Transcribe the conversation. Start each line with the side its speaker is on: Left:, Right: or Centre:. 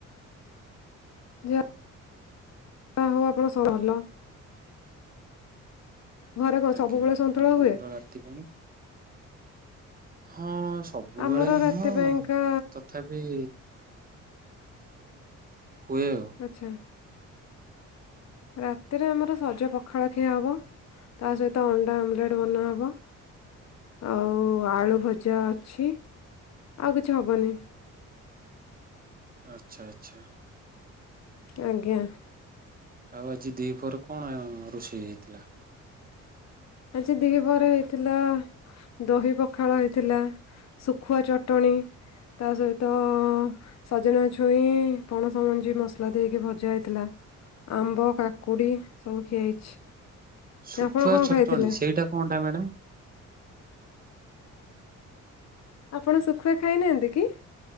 Left: ଯାହା। ଯା ହଉ ଆପଣ ସବୁ ଭଲ। ଘରେ କଣ
Right: ଆଜ୍ଞା
Left: ସବୁବେଳେ ସନ୍ତୁଳା
Right: ଆପଣଙ୍କର
Left: ହୁଏ?
Right: ରାତି ପାଇଁ ହଁ ସବୁବେଳେ
Left: ଆମର
Right: ନୁହଁ
Left: ରାତି ପାଇଁକା
Right: ତଥାପି। ହୁଏ ଆଉ।
Left: ଆଚ୍ଛା। ରାତିରେ ଆମର ସଜ ପଖାଳ ଖିଆହବ ତା ସହିତ ଅଣ୍ଡା ଆମଲେଟ ବନାହବ ଆଉ ଆଳୁ ଭଜା ଅଛି ଆଉ କିଛି ହବନି।
Right: ଆଚ୍ଛା ଆଚ୍ଛା।
Left: ଆଜ୍ଞା।
Right: ଆଉ ଆଜି ଦି ପହରେ କଣ ରୋଷେଇ ହେଇଥିଲା?
Left: ଆଜି ଦିହି ବରା ହେଇଥିଲା ଦହି ପଖାଳ ହେଇଥିଲା ଶୁଖୁଆ ଚଟଣି ତା ସହିତ ସଜନା ଛୁଇଁ ପଣସମଞ୍ଜି ମସଲା ଦେଇକି ଭଜା ହେଇଥିଲା ଆମ୍ବ କାକୁଡ଼ି ସବୁ ଖିଆ ହେଇଛି।
Right: ଶୁଖୁଆ
Left: ଆପଣ କଣ
Right: ଛୋଟ।
Left: ଖାଇଥିଲେ
Right: <inaudible> ସେଇଟା କଣଟା ମ୍ୟାଡାମ
Left: ଆପଣ ଶୁଖୁଆ ଖାଇନାହାନ୍ତି କି?